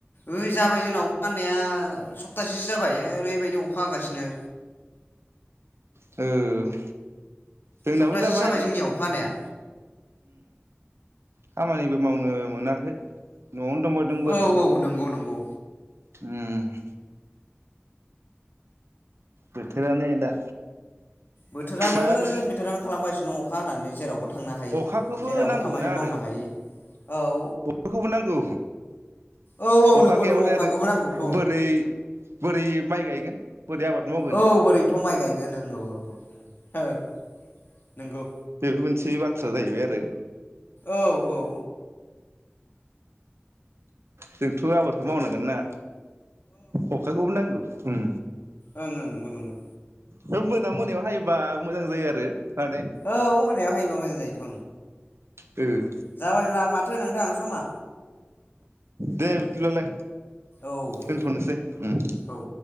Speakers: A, on the left; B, on the right.
A: ओइ जाबाय जोंनाव अखा हानाया सप्तासेसो जाबाय। जाबाय ओरैबायदि अखा हागासिनो।
B: ओ जोंनाबो
A: सप्तासेसो
B: जाबाय।
A: जोंनियाव अखा हानाया
B: खामानिबो मावनो मोनाखै। न'आवनो दंबायदं
A: औ
B: ओरैनो
A: औ नंगौ नंगौ
B: उम बोथोरानो दा
A: बोथोरानो
B: ओमफ्राय आरो
A: बिथोरानो खालामगासिनो दङ। अखा हानानै जेरावबो। थांनो हायि
B: अखाखौबो
A: जेरावबो
B: नांगौना
A: खामानि
B: आरो
A: मावनो हायि। औ।
B: अखाखौबो नांगौ
A: औ औ
B: अखा
A: नंगौ
B: गैयाबाथाय
A: नंगौ अखाखौबो
B: आरो
A: नांगौथ'
B: बोरै बोरै माइ गायगोन। बोरै आबाद मावगोन
A: औ बोरैथ' माइ गायगोन ओं औ औ ओं नंगौ
B: बेबो मोनसे बाथ्रा। बाथ्रा जाहैबाय आरो।
A: औ औ।
B: जोंथ' आबादखौ मावनांगोन ना। अखाखौबो नांगौ। उम।
A: ओं ओं नंगौ नंगौ।
B: बे मोना मोनायाव हायोबा मोजां जायो आरो। माने
A: औ मोनायाव हायोबा मोजां जायोथ'।
B: उम।
A: जाबायमोन माथो नोंथां समा।
B: दे बिदिब्लालाय।
A: औ दे
B: दोनथ'नोसै उम।
A: औ